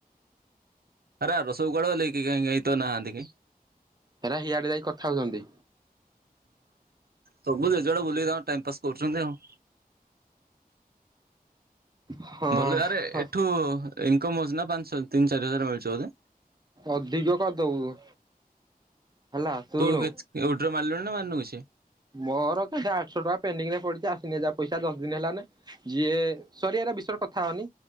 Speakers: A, on the right (about 80°); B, on the right (about 25°).
A: ଆରେ ଆରସବୁକୁଆଡେ ଗଲେ କିହେ କାଇଁକାଇଁ କେହିତ ନାହାନ୍ତି କାଇଁ।
B: ହେରା ହିଆଡ଼େ ଯାଇକି କଥା ହଉଚନ୍ତି।
A: ସବୁ ଜଜେଆଡେ ବୁଲିକି ଟାଇମ ପାସ୍ କରୁଚନ୍ତି ଆଉ।
B: ହଁ
A: ଭଲ ଆରେ ଏଠୁ ଇନକମ ହଉଚି ନା ପାଞ୍ଚହ ତିନି ଚାରି ହଜାର ମିଳଚ ବୋଧେ?
B: ଅଧିକ କରିଦବୁ। ହେଲା ଶୁଣୁ
A: ତୁଟର ବ ଉଇଡ୍ର ମାରିଲୁଣି ନା ମାନୁ କିଛି?
B: ମୋର କେତେ ଆଠଶହ ଟଙ୍କା ପେଣ୍ଡିଙ୍ଗରେ ପଡିଚି ଆସିନି ଯାହା ପଇସା ଦଶ ଦିନ ହେଲା ନି। ଯିଏ ସରି ଏରା ବିଷର କଥା ହଅନି